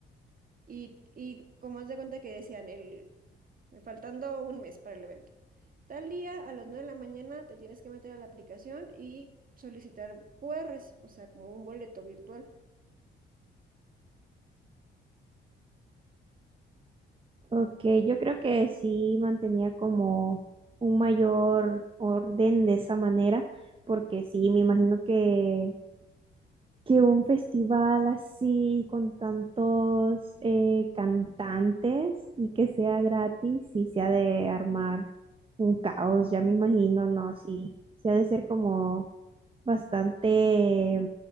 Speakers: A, on the right; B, on the right.
A: Y, y como haz de cuenta que decían, el, faltando un mes para el evento. Tal día a las 9 de la mañana te tienes que meter a la aplicación y solicitar QRs, o sea, como un boleto virtual.
B: Ok, yo creo que sí mantenía como un mayor orden de esa manera, porque sí, me imagino que, que un festival así con tantos eh, cantantes y que sea gratis, sí se ha de armar un caos, ya me imagino, no, sí, sí ha de ser como bastante